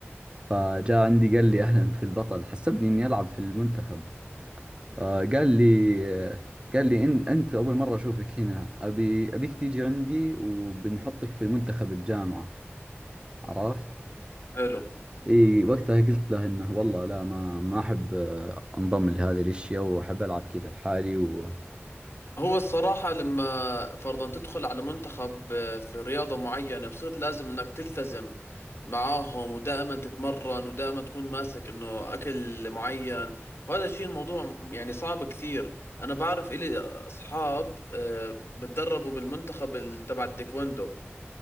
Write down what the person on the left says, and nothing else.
حلو
هو الصراحة لما فرضا تدخل على منتخب آه، في رياضة معينة بصير لازم انك تلتزم معاهم ودائما تتمرن ودائما تكون ماسك انه اكل معين وهذا الشيء الموضوع يعني صعب كثير انا بعرف الي اصحاب آه، بتدربوا بالمنتخب ال- تبع التايكوندو